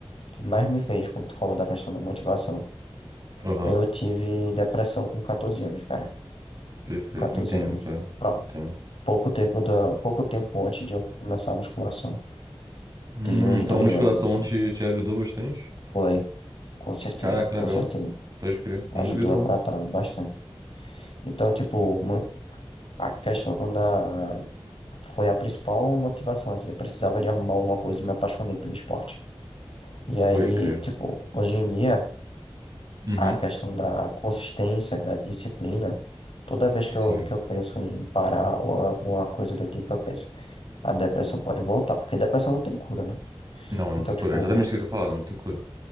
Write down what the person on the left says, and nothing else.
que mais me fez, quando tu falou da questão da motivação,
eu tive depressão com 14 anos, cara.
14
anos.
Pró-
Pouco tempo da, pouco tempo antes de eu começar a musculação.
Tive uns
dois
anos, assim.
Foi, com certeza,
com
certeza.
Ajudou
a tratar bastante. Então, tipo, mu- a questão da, foi a principal motivação, assim. Eu precisava de arrumar alguma coisa e me apaixonei pelo esporte. E aí,
tipo, hoje em dia
a questão da consistência, da disciplina. Toda vez que
eu, que eu penso em parar ou alguma coisa do tipo, eu penso, a depressão pode voltar, porque depressão não tem cura, né?
Então,
tipo,